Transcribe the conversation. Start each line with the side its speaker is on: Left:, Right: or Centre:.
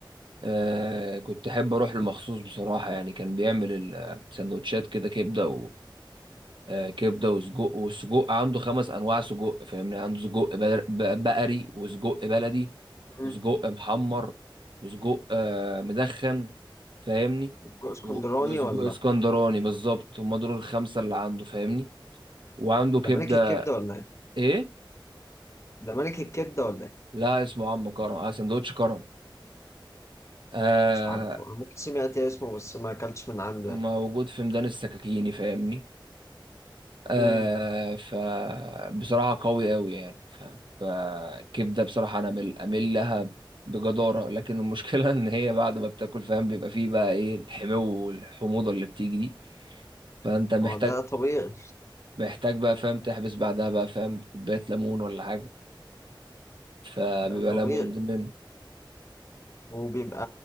Right: آه كنت احب اروح له مخصوص بصراحه يعني كان بيعمل السندوتشات كده كبده آه، كبده وسجق والسجق عنده خمس انواع سجق فاهمني عنده سجق بر- ب- بقري وسجق بلدي
Left: مم.
Right: وسجق محمر وسجق آه، مدخن فاهمني
Left: سجق اسكندراني
Right: و- وسجق
Left: ولا
Right: اسكندراني بالظبط هم دول الخمسه اللي عنده فاهمني وعنده
Left: ده
Right: كبده
Left: ملك الكبده ولا ايه
Right: ايه
Left: ده ملك الكبده ولا ايه
Right: لا اسمه عم كرم اه سندوتش كرم آه
Left: مش عارفه انا ممكن سمعت إيه اسمه بس ما اكلتش من عنده
Right: موجود
Left: يعني.
Right: في ميدان السكاكيني فاهمني آه
Left: امم
Right: فبصراحة قوي قوي يعني فاهم فالكبدة بصراحة أنا أمل أمل لها بجدارة لكن المشكلة <laughs> إن هي بعد ما بتاكل فاهم بيبقى فيه بقى إيه الحمو والحموضة اللي بتيجي دي فأنت محتاج
Left: هو ده طبيعي
Right: محتاج بقى فاهم تحبس بعدها بقى فاهم كوباية ليمون ولا حاجة فبيبقى
Left: ده طبيعي
Right: لابد منه
Left: وبيبقى